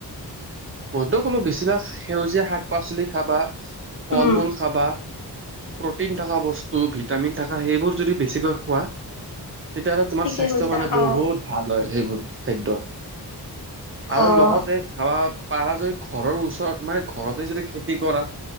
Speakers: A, on the right; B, on the left.
A: মইতো ক'লো বেছিভাগ সেউজীয়া শাক-পাচলি খাবা, ফল-মূল
B: উম
A: খাবা। প্ৰ'টিন থকা বস্তু, ভিটামিন থকা সেইবোৰ যদি বেছিকৈ খোৱা। তেতিয়াহ'লে তোমাৰ
B: ঠিকে
A: স্বাস্থ্যৰ
B: কৈছা
A: কাৰণে বহুত
B: অঁ
A: ভাল হয় সেইবোৰ খাদ্য। আৰু
B: অঁ
A: লগতে ভাবা পাৰা যদি ঘৰৰ ওচৰত, মানে ঘৰতে যদি খেতি কৰা!